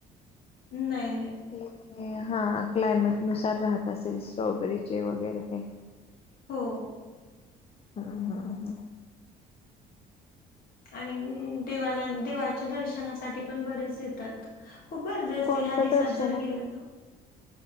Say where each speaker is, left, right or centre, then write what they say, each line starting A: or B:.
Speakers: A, on the left; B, on the left.
A: नाही नाही.
B: ते हा, क्लायमेटनुसार राहत असेल स्ट्रॉबेरीचे वगैरे ते.
A: हो.
B: हा हा हा.
A: आणि देवाला देवाच्या दर्शनासाठी पण बरेच येतात. खूप गर्दी असते,
B: कोणतं
A: ह्या दिसात
B: दर्शन
A: जर
B: आहे
A: गेलं ना.